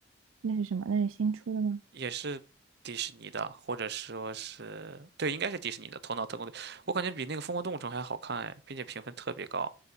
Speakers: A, on the right (about 75°); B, on the right (about 55°).
A: 那是什么？那是新出的吗？
B: 也是迪士尼的，或者说是，对，应该是迪士尼的《头脑特工队》，我感觉比那个《疯狂动物城》还好看哎，并且评分特别高。